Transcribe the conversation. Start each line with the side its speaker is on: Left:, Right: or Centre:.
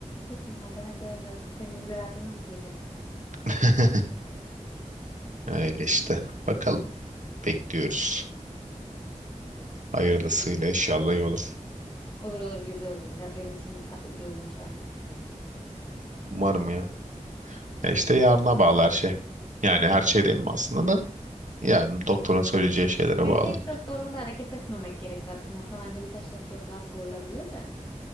Left: Peki madem hadi öyle olsun. Senin güzel aklını mı kıracağım?
Right: <laughs> Öyle işte. Bakalım. Bekliyoruz. Hayırlısıyla
Left: Güzel.
Right: inşallah iyi olur.
Left: Olur olur güzel olur güzel. Benim içimde tatlı bir umut var.
Right: Umarım ya. Ya işte yarına bağlı her şey. Yani her şey değil mi aslında da yarın doktorun söyleyeceği şeylere
Left: Yani
Right: bağlı.
Left: tek doktorla da hareket etmemek gerek zaten. Aslında bence birkaç doktora daha sorulabilir de.